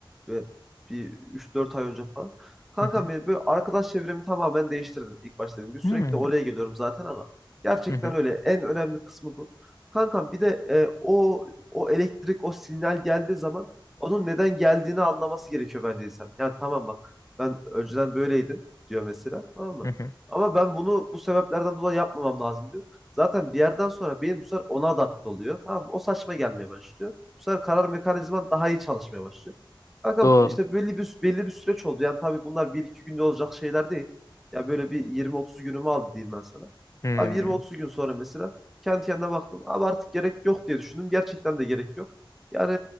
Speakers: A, in the centre; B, on the left.
A: Ve bir üç dört ay önce falan. Kankam
B: Hı hı,
A: benim böyle arkadaş çevremi tamamen değiştirdim ilk başta dediğim gibi. Sürekli
B: hmm,
A: oraya geliyorum zaten ama gerçekten
B: hı hı,
A: öyle. En önemli kısmı bu. Kankam bir de e, o o elektrik, o sinyal geldiği zaman onun neden geldiğini anlaması gerekiyor bence insan. Yani tamam bak ben önceden böyleydim diyor mesela tamam mı?
B: hı hı.
A: Ama ben bunu bu sebeplerden dolayı yapmamam lazım diyor. Zaten bir yerden sonra beyin bu sefer ona adapte oluyor. Tamam mı? O saçma gelmeye başlıyor. Bu sefer karar mekanizman daha iyi çalışmaya başlıyor. Kankam
B: Doğru.
A: işte belli bir belli bir süreç oldu. Yani tabii bunlar bir iki günde olacak şeyler değil. Ya böyle bir 20-30 günümü aldı diyeyim ben sana.
B: Hmm.
A: Abi 20-30 gün sonra mesela kendi kendine baktım. Abi artık gerek yok diye düşündüm. Gerçekten de gerek yok. Yani